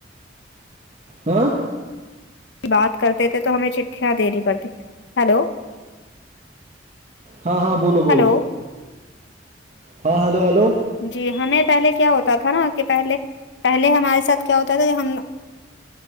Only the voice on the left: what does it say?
بات کرتے تھے تو ہمیں چٹھیاں دینی پڑتی ہیلو
ہلو
جی ہمیں پہلے کیا ہوتا تھا نا کہ پہلے پہلے ہمارے ساتھ کیا ہوتا تھا کہ ہم